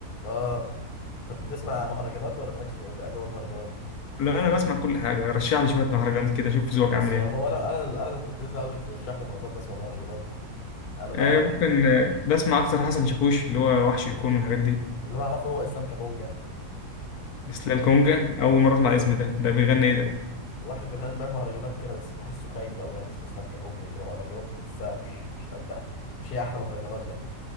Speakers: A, on the left; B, on the left.
A: اه طب بتسمع مهرجانات ولا مالكش في أجواء المهرجانات؟
B: لا انا بسمع كل حاجه رشح لي شويه مهرجانات كده شوف ذوقك
A: بص
B: عامل
A: هو
B: ايه
A: أنا أنا أنا اللي كنت لسه عاوزك ترشح لي أنا والله بسمع مهرجانات أنا لو
B: آه، ممكن
A: أعرف-
B: آه، بسمع أكتر حسن شاكوش اللي هو وحش الكون والحاجات دي
A: اللي أنا أعرفه هو إسلام كابونجا
B: إسلام
A: حصل.
B: كونجا أول مرة أسمع الاسم ده ده بيغني إيه ده؟
A: واحد جربان بيعمل مهرجانات كده بس بحسه خايب أوي يعني اسمه إسلام كابونجا كده مهرجانات تحسها مش مش قد حاجة مش هي أحلى مهرجانات يعني